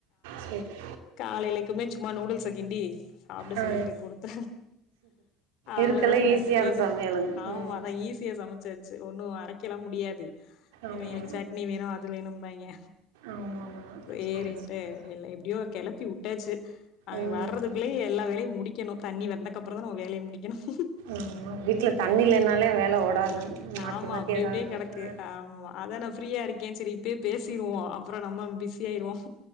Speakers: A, on the right; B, on the left.
A: சேரி
B: கா காலைலக்குமே சும்மா‌‌ நூடுல்ஸ்‌கிண்டி‌ சாப்பட
A: ஆ
B: சொல்ட்டு குடுத்த அவ்ளோதா
A: இருக்கல ஈஸியான
B: அ எது
A: சமையலுங்க
B: ஆமா
A: ம்
B: நா ஈசியா சமச்சாச்சு ஒன்னும் அரைக்கலாம் முடியாது
A: ஆமா
B: இவீங்களுக்கு சட்னி வேணும் அது வேணும் பாயிங்க
A: ஆமா ஆமா
B: வெரிட்டுன்
A: சேரி சேரி
B: ல்ல எப்டியோ கிள கபி ஊட்டாச்சு அவங்க
A: ம்
B: வர்றதுக்குள்ளயே எல்லா வேலயும் முடிக்கணும் தண்ணி வந்தக்கப்புற தான் ஒரு வேலய முடிகனும்
A: ஆமா வீட்ல தண்ணி இல்லனாலே வேல ஓடாதுங்க மாத்தி
B: ஆமா
A: மாத்தி
B: அப்டிய
A: ஏதாவது
B: அப்டியே கிடக்கு
A: ஆ
B: ஆமா அதான் நான் ஃரீயா இருக்கேன் செரி இப்பயே பேசிருவோம் அப்புறம் நம்ம பிசீ எயிறோம்